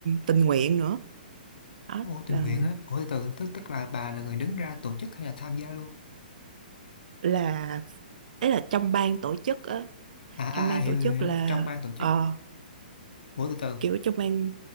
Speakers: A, on the right; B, on the left.
A: tình nguyện nữa đó
B: Ô tình
A: là
B: nguyện á. Ủa từ từ tức tức là bà là người đứng ra tổ chức hay là tham gia luôn?
A: là ấy là trong ban tổ chức á
B: À à,
A: trong ban
B: à hiểu,
A: tổ
B: hiểu
A: chức
B: hiểu
A: là
B: trong ban tổ chức.
A: ờ
B: Ủa từ từ
A: kiểu trong ban